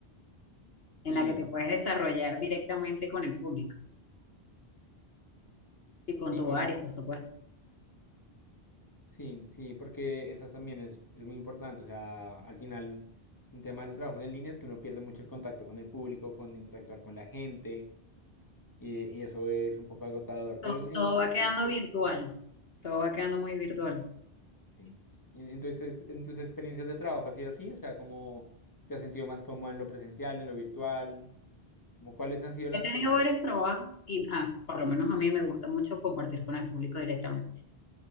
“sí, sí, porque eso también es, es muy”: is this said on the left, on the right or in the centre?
Left